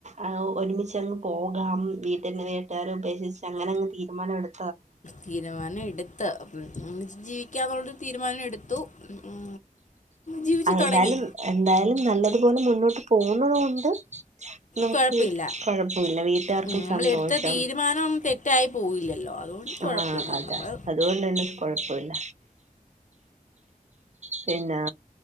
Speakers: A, on the right (about 50°); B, on the left (about 55°).
A: ഏ ഒരുമിച്ചങ്ങ് പോ അ വീട്ടടിന്റെ വീട്ടുകാരെ ഉപേക്ഷിച്ച് അങ്ങനെ അങ് തീരുമാനം എടുു
B: തീരുമാനം എടുത്ത് ജീവ ക്ക്യാന്നോണ്ട് തീര്മാനെട്ത്തു ഉം ജീവിച്ചു
A: അ
B: തുടങ്ങി
A: എന്തായാലും എന്തായാലും നല്ലത് പോലെ മുന്നോട്ട് പോകുന്നത് കൊണ്ട് നമുക്ക്
B: കുഴപ്പമില്ല
A: കൊഴപ്പമില്ല വീട്ട്കാർക്കും
B: ഉം, നമ്മളെടുത്ത
A: സന്തോഷം
B: തീരുമാനം തെറ്റായി പോയില്ലല്ലോ അതുകൊണ്ട് കുഴപ്പമില്ല
A: ആ അതാ
B: നമ്മൾ
A: അത്കൊണ്ട് തന്നെ കൊഴപ്പല്ല പിന്നാ